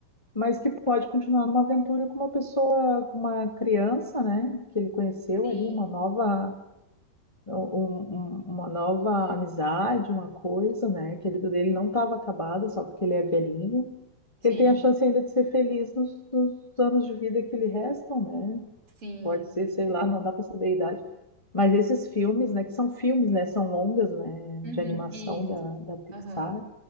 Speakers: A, on the left; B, on the right.
A: mas que pode continuar numa aventura com uma pessoa, com uma criança, né? Que ele conheceu
B: sim,
A: ali, uma nova um- um- uma nova amizade, uma coisa, né? Que a vida dele não estava acabada só porque ele é velhinho,
B: sim,
A: que ele tem a chance ainda de ser feliz nos, nos anos de vida que lhe restam, né?
B: sim,
A: Pode ser, sei lá, não dá para saber a idade. Mas esses filmes, né, que são filmes, né, são longas, né,
B: uhum,
A: de animação
B: isso,
A: da, da Pixar,
B: aham,